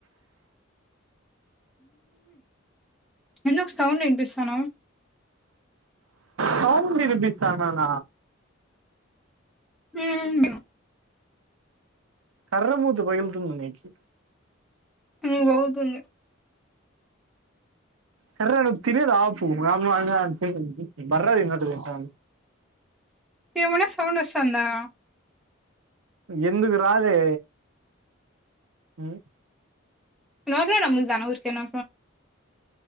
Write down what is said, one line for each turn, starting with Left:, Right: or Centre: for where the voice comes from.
Centre: ఎందుకు సౌండే వినిపిస్తానవు.
Right: సౌండ్ వినిపిస్తాన్నానా.
Centre: హ్ గా
Right: కర్రె మూతి పగులుతుంది నీకు.
Centre: నీకు పగులుతుంది.
Right: కర్రె నువ్వు తినేది ఆపు. ఆమ్ ఆ ఆ <inaudible> బర్రె తిన్నట్టు తింటాంది.
Centre: ఏమన్నా సౌండ్ అస్తాందా.
Right: ఎందుకు రాదే హ్
Centre: నోట్లా నమ్ములుతన్నా ఊరికేనా